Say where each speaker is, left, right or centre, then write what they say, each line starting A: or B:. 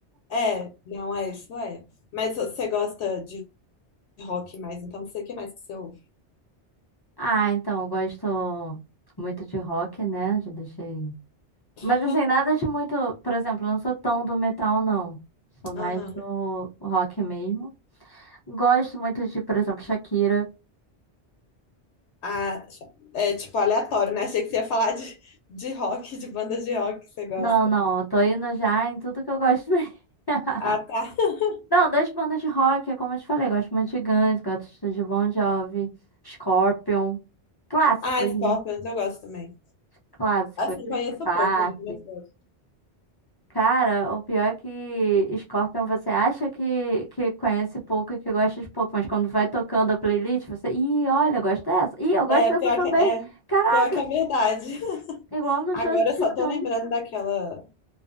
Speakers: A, on the left (about 75°); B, on the left (about 40°).
A: É, não é isso, é. Mas você gosta de rock mais, então não sei o que mais que você ouve.
B: Ah, então, eu gosto muito de rock, né? Já deixei.
A: <laughs>
B: Mas assim, nada de muito. Por exemplo, eu não sou tão do metal, não. Sou mais
A: Aham.
B: do rock mesmo. Gosto muito de, por exemplo, Shakira.
A: Ah, é tipo aleatório, né? Achei que você ia falar de, de rock, de banda de rock que você gosta.
B: Não, não, eu tô indo já em tudo que eu gosto mesmo. <laughs>
A: Ah, tá. <laughs>
B: Não, das bandas de rock, é como eu te falei, gosto muito de Guns, gosto de Bon Jovi, Scorpion. Clássicos,
A: Ah, Scorpions
B: né?
A: eu gosto também.
B: Clássicos.
A: Assim,
B: Linkin
A: conheço
B: Park.
A: pouco, né? Mas gosto.
B: Cara, o pior é que Scorpion você acha que, que conhece pouco e que gosta de pouco, mas quando vai tocando a playlist, você. Ih, olha, eu gosto dessa. Ih, eu gosto
A: É,
B: dessa
A: pior
B: também.
A: que, é,
B: Caraca,
A: pior que é verdade. <laughs>
B: igual no
A: Agora
B: show de
A: eu
B: Titãs.
A: só tô lembrando daquela.